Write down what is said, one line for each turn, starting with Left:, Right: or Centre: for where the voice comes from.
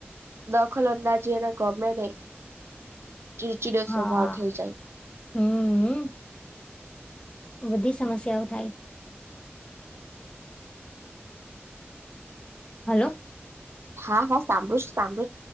Right: દખલ અંદાજીી એને ગમે નહીં ચિડચીડો
Left: હા
Right: સ્વભાવ થઈ જાય.
Left: હમ બધી સમસ્યાઓ થાય હલો
Right: હા હા સાંબુ સાંબુ